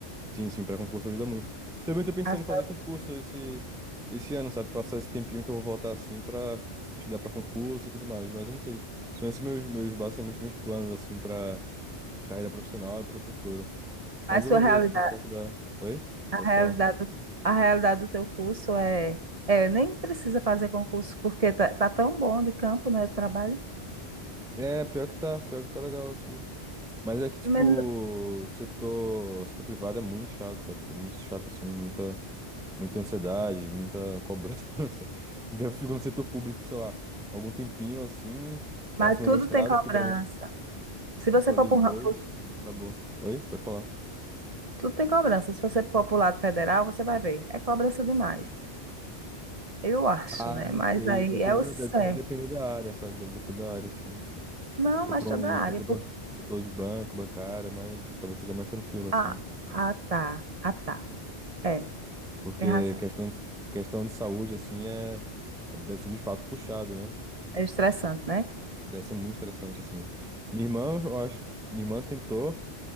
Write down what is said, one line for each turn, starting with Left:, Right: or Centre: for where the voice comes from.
Centre: Sim, sim, para concurso ajuda muito. Também tô pensando
Right: A sua,
Centre: em fazer concurso esse, esse ano, sabe? Passar esse tempinho que eu vou voltar assim pra estudar pra concurso e tudo mais, mas eu não sei. São esses meus, meus basicamente meus planos assim pra carreira profissional e pro futuro. Mas
Right: a sua
Centre: eu vou
Right: realidade,
Centre: ver assim o que é que dá. Oi?
Right: a
Centre: Pode
Right: realidade,
Centre: falar.
Right: do- a realidade do teu curso é, é, nem precisa fazer concurso porque tá, tá tão bom de campo, né, de trabalho.
Centre: É, pior que tá, pior que tá legal assim. Mas é que tipo,
Right: Mas
Centre: setor, setor privado é muito chato, sabe? Tipo, Muito chato assim, muita muita ansiedade, muita cobrança. <laughs> Daí eu fico no setor público, por, sei lá, algum tempinho assim, faço
Right: mas
Centre: meu
Right: tudo
Centre: mestrado,
Right: tem cobrança.
Centre: porque provavelmente
Right: Se
Centre: dá
Right: você
Centre: pra
Right: for
Centre: fazer
Right: pro,
Centre: os dois
Right: ra- pro-
Centre: e acabou. Oi? Pode falar.
Right: tudo tem cobrança. Se você for pro lado federal, você vai ver. É cobrança demais. Eu acho,
Centre: Ah,
Right: né?
Centre: não
Right: Mas
Centre: sei,
Right: aí
Centre: depende
Right: é o certo.
Centre: da, deve deve depender da área, sabe? Deve depender da área, assim. Se
Right: Não,
Centre: for
Right: mas
Centre: pra
Right: toda
Centre: um
Right: a
Centre: setor,
Right: área.
Centre: ban...
Right: Porque...
Centre: setor de banco, bancária, mas talvez seja mais tranquilo, assim.
Right: Ah, ah, tá. Ah, tá. É,
Centre: Porque
Right: tem razão.
Centre: questão, questão de saúde, assim, é, é- deve ser de fato puxado, né?
Right: É estressante, né?
Centre: Deve ser muito estressante, assim. Minha irmã, eu acho, minha irmã tentou.